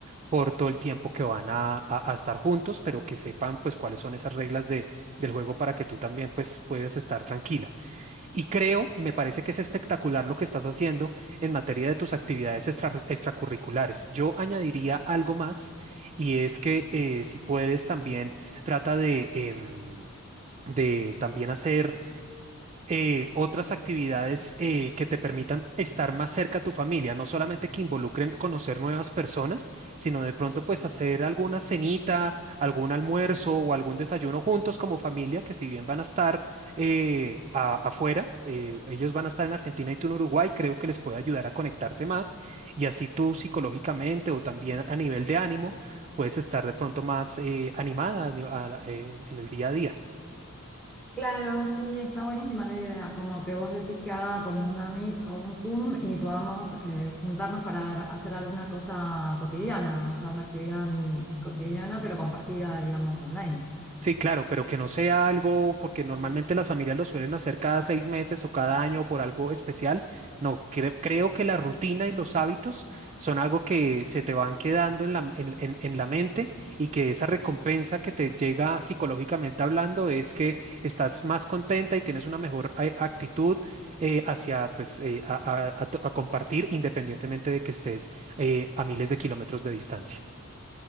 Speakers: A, on the right (about 30°); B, in the centre.
A: corto el tiempo que van a, a- a estar juntos, pero que sepan pues cuáles son esas reglas de, del juego para que tú también pues puedas estar tranquila. Y creo, y me parece que es espectacular lo que estás haciendo en materia de tus actividades extra- extracurriculares. Yo añadiría algo más y es que eh, si puedes también trata de... em, de también hacer eh, otras actividades eh, que te permitan estar más cerca a tu familia, no solamente que involucren conocer nuevas personas, sino de pronto pues hacer alguna cenita, algún almuerzo o algún desayuno juntos como familia, que si bien van a estar eh, a- afuera, eh, ellos van a estar en Argentina y tú en Uruguay, creo que les puede ayudar a conectarse más y así tú psicológicamente o también a nivel de ánimo puedes estar de pronto más eh, animada a ni- a la- eh, en el día a día.
B: Claro, sí, está buenísima la idea, como que vos decís que haga como una Meet o un Zoom y podamos eh, juntarnos para hacer alguna cosa cotidiana, o sea, una actividad mm, cotidiana pero compartida, digamos, online.
A: Sí, claro, pero que no sea algo, porque normalmente las familias lo suelen hacer cada seis meses o cada año por algo especial. No, cre- creo que la rutina y los hábitos son algo que se te van quedando en la, en, en- en la mente y que esa recompensa que te llega psicológicamente hablando es que estás más contenta y tienes una mejor a- actitud eh, hacia, pues, eh, a, a- a to- a compartir independientemente de que estés eh, a miles de kilómetros de distancia.